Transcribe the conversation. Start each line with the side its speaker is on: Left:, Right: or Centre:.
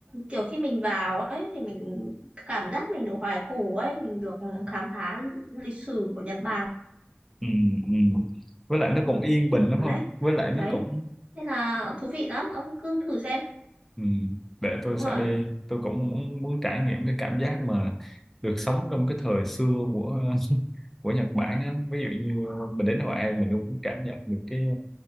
Right: kiểu khi mình vào ấy thì mình cảm giác mình được hoài cổ ấy mình được khám phá lịch sử của Nhật Bản
Centre: ừ, ừ. với lại nó cũng yên bình đúng không
Right: ấy.
Centre: với lại nó
Right: đấy
Centre: cũng
Right: nên là thú vị lắm ông cứ thử xem
Centre: Ừ, để tôi
Right: đúng
Centre: sẽ
Right: rồi
Centre: đi tôi cũng muốn muốn trải nghiệm cái cảm giác mà được sống trong cái thời xưa của của Nhật Bản á. Ví dụ như ờ, mình đến Hội An mình cũng cảm nhận được cái